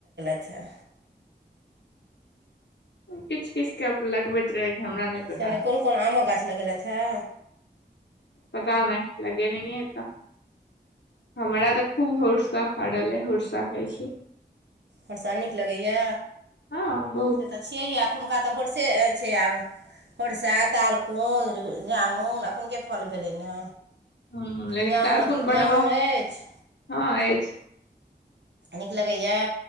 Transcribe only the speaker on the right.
अच्छा
से नहि कोन कोन आमक गाछ लगेलथि हे
होर्सा नीक लगैए
से तऽ छियैए अखुनका तऽ होर्से छै आब होर्सा तारकुन जामुन अखुन के फल भेलै ने
जामुन
जामुन
अछि
नीक लगैया